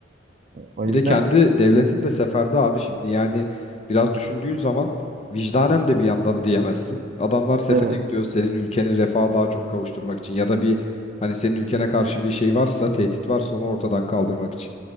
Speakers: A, on the right; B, on the left.
A: o
B: Bir
A: yüzden
B: de kendi devletin de seferde abi şimdi yani biraz düşündüğün zaman vicdanen de bir yandan <laughs> diyemezsin. Adamlar sefere
A: evet
B: gidiyor senin ülkeni refaha daha çok kavuşturmak için ya da bir hani senin ülkene karşı bir şey varsa tehdit varsa onu ortadan kaldırmak için.